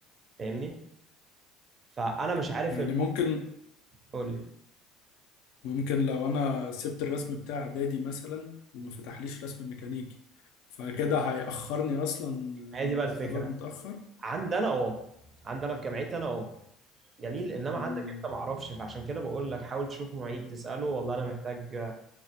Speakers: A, on the right; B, on the left.
A: فاهمني فانا مش عارف
B: يعني
A: ال-
B: ممكن
A: قول لي
B: ممكن لو انا سبت الرسم بتاع اعدادي مثلا وما فتحليش رسم ميكانيكي فكده هيأخرني اصلا
A: هي دي بقى
B: آه، اتخرج
A: الفكره
B: متأخر
A: عندنا اه عندنا في جامعتي انا اه جميل انما
B: مم.
A: عندك انت ما اعرفش فعشان كده بقول لك حاول تشوف معيد تساله والله انا محتاج